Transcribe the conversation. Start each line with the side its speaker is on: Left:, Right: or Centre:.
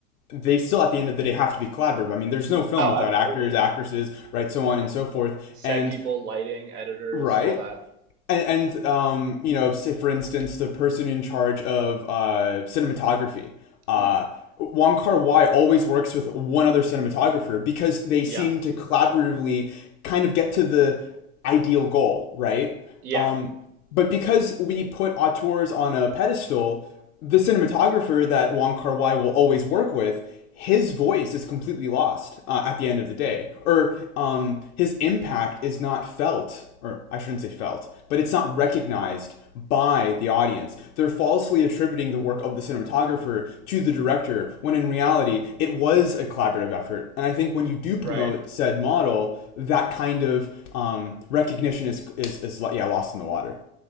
Left: they still at the end of the day have to be collaborative. I mean, there's no film
Right: Oh,
Left: without
Right: absolutely.
Left: actors, actresses, right, so on
Right: mm.
Left: and so forth.
Right: set
Left: And
Right: people lighting editors
Left: right?
Right: all that
Left: And, and um, you know, say for instance, the person in charge of uh, cinematography, uh,
Right: mhm
Left: Wong Kar Wai always works with one other cinematographer because they
Right: yeah
Left: seem to collaboratively kind of get to the ideal goal, right?
Right: yeah
Left: Um, but because we put auteurs on a pedestal, the cinematographer that Wong Kar Wai will always work with, his voice is completely lost uh, at the end of the day, or um, his impact is not felt, or I shouldn't say felt, but it's not recognized by the audience. They're falsely attributing the work of the cinematographer to the director, when in reality, it was a collaborative effort. And I think when you do
Right: right
Left: promote said model, that kind of um, recognition is, is, is, yeah, lost in the water.